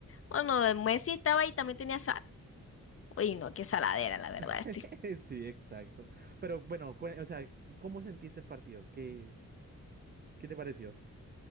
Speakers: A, on the left; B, on the right.
A: Bueno, Messi estaba ahí, también tenía sal. Uy, no, qué saladera, la verdad.
B: <laughs>
A: este.
B: Sí, exacto. Pero bueno, cu- o sea, ¿cómo sentiste el partido? ¿Qué, qué te pareció?